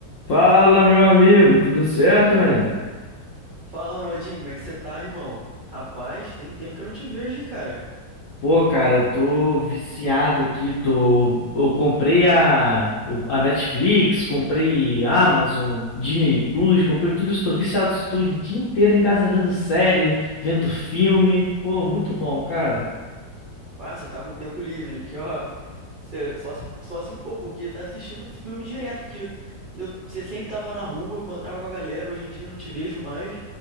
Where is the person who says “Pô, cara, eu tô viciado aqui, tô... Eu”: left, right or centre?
Left